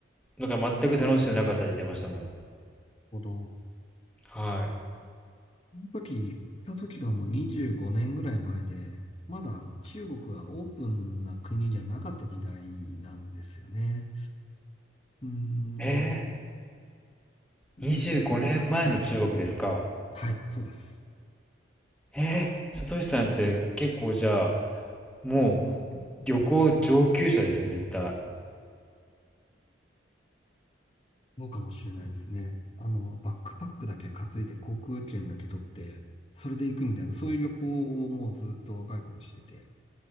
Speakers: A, in the centre; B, on the left (about 30°).
A: だから全く楽しくなかったって言ってましたもん。
B: ほど。
A: はい。
B: その時行った時がもう25年ぐらい前で、まだ中国がオープンな国じゃなかった時代なんですよね。うん、
A: え
B: で、で、
A: ー、25年前の中国ですか。
B: はい、そうです。
A: えー、サトシさんって結構じゃあ、もう旅行上級者ですね、絶対。
B: そうかもしれないですね。あの、バックパックだけ担いで航空券だけ取って、それで行くみたいな、そういう旅行をもうずっと若い頃してて。